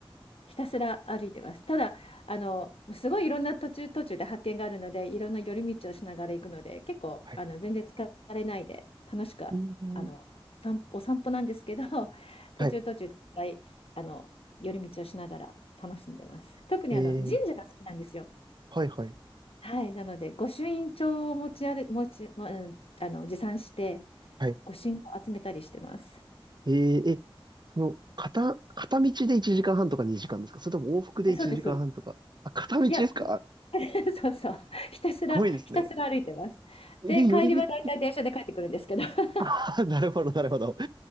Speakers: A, on the left; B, on the right.
A: ひたすら歩いてます。ただ、あの、もうすごいいろんな途中途中で発見があるので、いろんな寄り道をしながら行くので、結構、
B: はい。
A: あの、全然疲れないで、楽しく、
B: うん。
A: あの、散歩、お散歩なんですけど、<laughs> 途中途中、
B: はい。
A: いっぱい、あの、寄り道をしながら楽しんでます。特に、
B: えー、
A: あの、神社が好きなんですよ。
B: はいはい。
A: はい。なので、御朱印帳を持ち歩、持ち、もあの、持参して、
B: はい。
A: 御朱印を集めたりしてます。
B: えー、え、その、片、片道で1時間半とか2時間ですかそれとも往復で1時間半とか。
A: そうです、そうです。
B: あ、片道ですかす
A: いや、もう <laughs> そうそう。ひたすら、
B: ごいですね。
A: ひたすら歩いてます。で、
B: で、
A: 帰りは大体電車で帰ってくるんですけど。
B: 寄り道。
A: <laughs>
B: あーなるほど、なるほど。